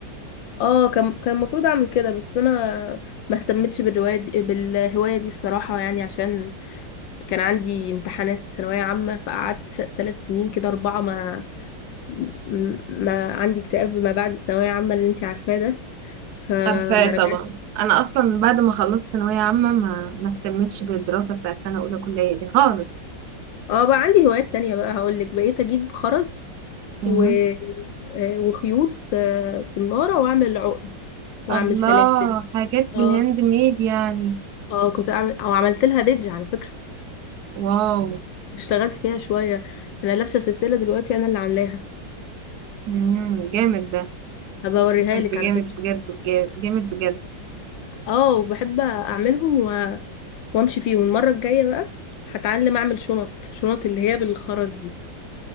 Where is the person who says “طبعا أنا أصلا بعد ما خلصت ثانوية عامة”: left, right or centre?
Right